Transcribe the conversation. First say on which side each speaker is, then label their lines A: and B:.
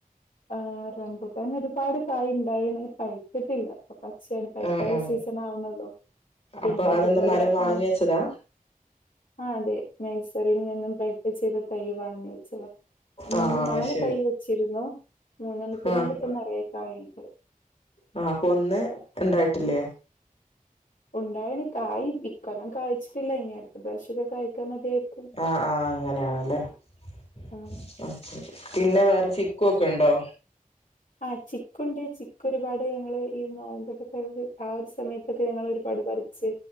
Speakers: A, on the left (about 65°); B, on the left (about 45°).
A: ആ് റമ്പുട്ടാന് ഒരുപാട് കായ് ണ്ടായിന് പഴിത്തിട്ടില്ല പച്ചേണ് പൈക്കാള്ള
B: ആഹ് ആഹ്
A: സീസൺ ആവണല്ലോ പിന്നെ
B: അപ്പൊ അതെന്താ
A: അതുപോലെ
B: മരം വാങ്ങി
A: മ
B: വെച്ചതാ
A: ആ അതെ നഴ്‌സറിൽ നിന്നും.. പഴ്പ്പിച്ചൊരു തൈ വാങ്ങി വെച്ചതാ മൂന്ന്
B: ആഹ്
A: നാല്
B: അത് ശരി
A: തൈ വെച്ചിരുന്നു മൂന്നെണ്ണത്തിന്
B: ആഹ്
A: മേൽഇപ്പ നെറയെ കായുണ്ട്
B: ആ അപ്പൊന്ന് ഉണ്ടായിട്ടില്ലേ?
A: ഉണ്ടായാണ് കായില്ലി ഇക്കൊല്ലം കായ്ച്ചിട്ടില്ല ഇനി അടുത്ത പ്രവശ്യൊക്കെ കായ്ക്കാൻ മതിയായിരിക്കും
B: അ ആ അങ്ങനെയാണല്ലേആ
A: ആഹ്
B: ശരി പിന്നെ വേറെ ചിക്കു ഒക്കെണ്ടോ?
A: ആ ചിക്കുണ്ട് ചിക്കു ഒരുപാട് ഞങ്ങള് ഈ നോമ്പിന് കെഴ്ക് ഒരു സമയത്തൊക്കെ ഞങ്ങള് ഒരുപാട്പറി ച്ച്